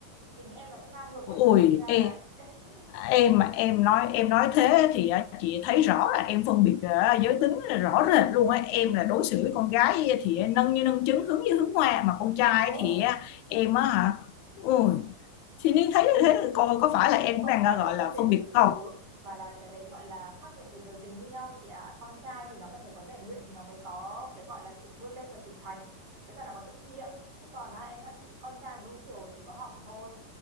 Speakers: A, on the right; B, on the left.
A: thì tính em là cũng ngang ngược mà chỉ
B: ôi
A: đâm ra là
B: ê
A: <laughs>
B: em
A: em
B: mà em nói em nói thế thì á, chị thấy rõ là em phân biệt ờ, giới tính là rõ rệt luôn á em là đối xử với con gái thì nâng như nâng trứng hướng như hướng hoa mà con trai
A: đố
B: thì á, em á hả ui thì nên thấy như thế coi có phải là em cũng
A: không
B: đang
A: phải
B: ờ, gọi
A: là
B: là
A: phân biệt
B: phân
A: đối
B: biệt
A: xử
B: không
A: mà là cái đấy gọi là khác biệt về giới tính với nhau chị ạ con trai thì nó cần phải có rèn luyện thì nó mới có cái gọi là sự vươn lên và trưởng thành với cả nó có sự trách nhiệm chứ còn á, em thật chị con trai mà nuông chiều chỉ có hỏng thôi